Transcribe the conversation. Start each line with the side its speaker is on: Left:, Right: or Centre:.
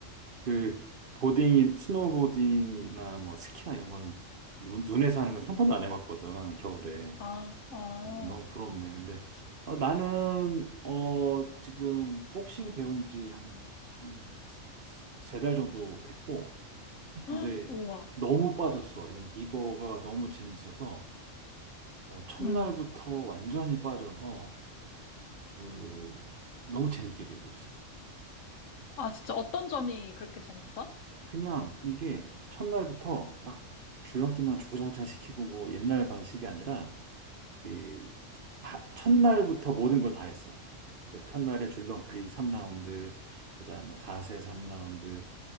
Right: 그 보딩인 스노우보딩이나 뭐 스키나 이런 거는 눈, 눈에서 하는 건 한 번도 안 해봤거든, 겨울에.
Left: 아, 어,
Right: 어, 너무 부럽네. 근데 어, 나는 어, 지금 복싱 배운 지 한, 한 세 달 정도 됐고, 근데
Left: 헉, 우와.
Right: 너무 빠졌어. 이거가 너무 재밌어서. 어, 첫날부터
Left: 음.
Right: 완전히 빠져서 그, 너무 재밌게 배우고 있어요.
Left: 아, 진짜 어떤 점이 그렇게 재밌어?
Right: 그냥 이게 첫날부터 막 줄넘기만 주구장창 시키고 뭐 옛날 방식이 아니라 그 하- 첫날부터 모든 걸 다 했어. 그 첫날에 줄넘기 3라운드, 그다음 뭐 자세 3라운드,